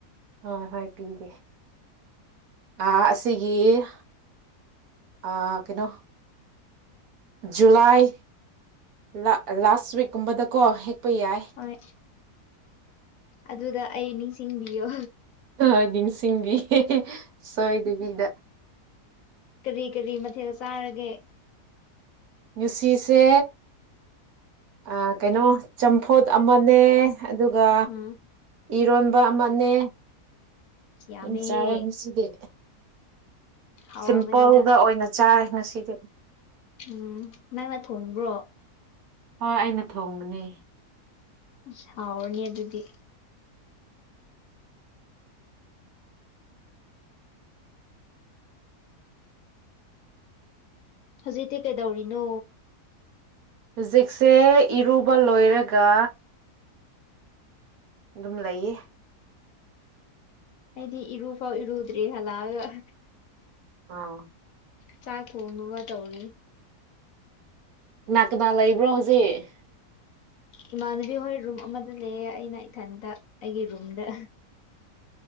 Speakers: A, on the right; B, on the left.
A: ꯍꯣꯏ ꯍꯣꯏ ꯄꯤꯒꯦ ꯑ ꯑꯁꯤꯒꯤ ꯑ ꯀꯩꯅꯣ ꯖꯨꯂꯥꯏ ꯂꯛ ꯂꯥꯁ ꯋꯤꯛꯀꯨꯝꯕꯗꯀꯣ ꯍꯦꯛꯄ ꯌꯥꯏ
B: ꯍꫭꯏ ꯑꯗꯨꯗ ꯑꯩ ꯅꯤꯡꯁꯤꯡꯕꯤꯌꯣ
A: ꯑ ꯅꯤꯡꯁꯤꯡꯕꯤꯒ‌ꯦ ꯁꯣꯏꯗꯕꯤꯗ
B: ꯀꯔꯤ ꯀꯔꯤ ꯃꯊꯦꯜ ꯆꯥꯔꯒꯦ
A: ꯉꯥꯁꯤꯁꯦ ꯑꯥ ꯀꯩꯅꯣ ꯆꯝꯐꯨꯠ ꯑꯃꯅꯦ ꯑꯗꯨꯒ
B: ꯎꯝ
A: ꯏꯔꯣꯟꯕ ꯑꯃꯅꯦ
B: ꯌꯥꯝꯃꯦꯍꯦ
A: <unintelligible> ꯆꯥꯔꯦ ꯉꯁꯤꯗꯤ
B: ꯍꯥꯎꯔꯝꯃꯅꯤꯗ
A: ꯁꯤꯝꯄꯜꯒ ꯑꯣꯏꯅ ꯆꯥꯔꯦ ꯉꯁꯤꯗꯤ
B: ꯎꯝ ꯅꯪꯅ ꯊꯣꯡꯕ꯭ꯔꯣ
A: ꯍꯣꯏ ꯑꯩꯅ ꯊꯣꯡꯕꯅꯦ
B: ꯑꯁ ꯍꯥꯎꯔꯅꯤ ꯑꯗꯨꯗꯤ ꯍꯧꯖꯤꯛꯇꯤ ꯀꯩꯗꯧꯔꯤꯅꯣ
A: ꯍꯧꯖꯤꯛꯁꯦ ꯏꯔꯨꯕ ꯂꯣꯏꯔꯒ ꯑꯗꯨꯝ ꯂꯩꯌꯦ
B: ꯑꯩꯏꯗꯤ ꯏꯔꯨꯐꯥꯎ ꯏꯔꯨꯗ꯭ꯔꯤ ꯍꯜꯂꯛꯑꯒ
A: ꯑꯥ
B: ꯆꯥꯛ ꯊꯣꯡꯅꯕ ꯇꯧꯔꯤ
A: ꯀꯅꯥ ꯀꯅꯥ ꯂꯩꯕ꯭ꯔꯣ ꯍꯧꯖꯤꯛ
B: ꯏꯃꯥꯟꯅꯕꯤ ꯍꯣꯏ ꯔꯨꯝ ꯑꯃꯗ ꯂꯩꯌ‌ꯦ ꯑꯩꯅ ꯏꯊꯟꯇ ꯑꯩꯒꯤ ꯔꯨꯝꯗ